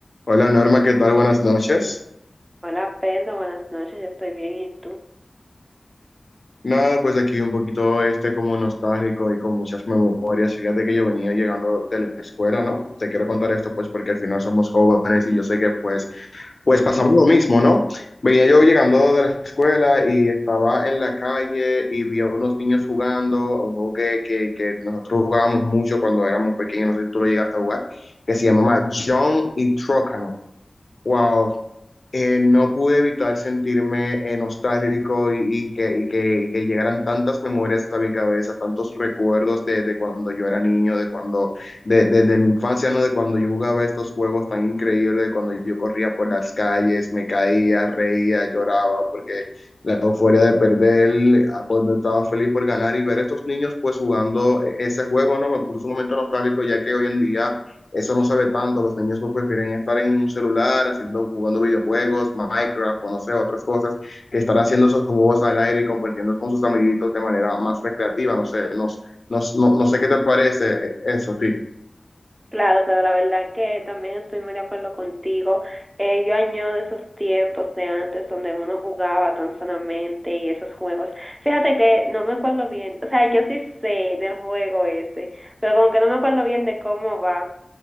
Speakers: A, on the left; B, on the right.
A: Hola Norma, ¿qué tal? Buenas noches.
B: Hola Pedro, buenas noches, yo estoy bien, ¿y tú?
A: Nada, pues aquí un poquito este como nostálgico y con muchas memorias. Fíjate que yo venía llegando de la escuela, ¿no? Te quiero contar esto pues porque al final somos jóvenes y yo sé que pues pues pasamos lo mismo, ¿no? Venía yo llegando de la escuela y estaba en la calle y vi a unos niños jugando, un juego que, que, que nosotros jugábamos mucho cuando éramos pequeños, no sé si tú lo llegaste a jugar, que se llamaba John y Trócano. Wow, eh, no pude evitar sentirme eh, nostálgico y, y que, y que, y que llegaran tantas memorias a mi cabeza, tantos recuerdos de, de cuando yo era niño, de cuando, de, de- de mi infancia, ¿no? De cuando yo jugaba estos juegos tan increíbles, de cuando yo corría por las calles, me caía, reía, lloraba, porque la euforia de perder, a cuando estaba feliz por ganar y ver estos niños pues jugando e-, ese juego, ¿no? Me puso un momento nostálgico, ya que hoy en día eso no sabe tanto, los niños pues, prefieren estar en un celular haciendo, jugando videojuegos, Minecraft o no sé, otras cosas, que estar haciendo esos juegos al aire y compartiendo con sus amiguitos de manera más recreativa, no sé, no, no, no, no sé qué te parece eso, sí.
B: Claro, claro, la verdad que también estoy muy de acuerdo contigo. Eh, yo añoro esos tiempos de antes donde uno jugaba tan sanamente y esos juegos. Fíjate que no me acuerdo bien, o sea, yo sí sé del juego ese, pero como que no me acuerdo bien de cómo va.